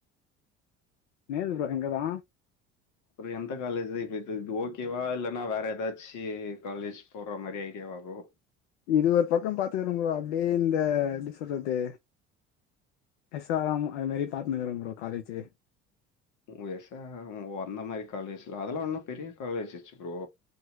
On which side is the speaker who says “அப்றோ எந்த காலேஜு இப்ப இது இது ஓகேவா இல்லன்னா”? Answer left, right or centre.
Left